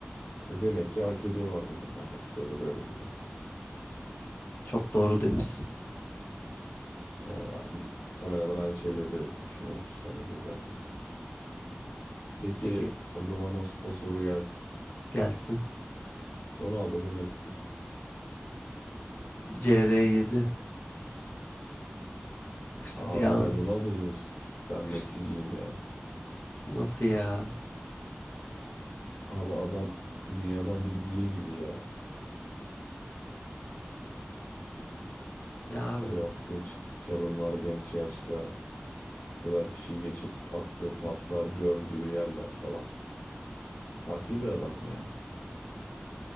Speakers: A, on the left; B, on the left.
A: E, demek ki hak ediyorlar dedim ben de kısaca böyle dedim.
B: Çok doğru demişsin.
A: Yani hemen hemen aynı şeyleri düşünüyormuş sen de zaten. Peki
B: Peki
A: o zaman o, o soru gelsin.
B: gelsin.
A: Ronaldo mu Messi mi?
B: CR7 Cristiano.
A: Abi sen Ronaldo'cu musun? Ben Messi'ciyim
B: Crist-
A: ya.
B: Nasıl ya?
A: Abi adam dünyadan biri değil gibi ya.
B: Ya abi.
A: O yaptığı ç- çalımlar genç yaşta bu kadar kişiyi geçip attığı paslar, gördüğü yerler falan. Farklı bir adam ya.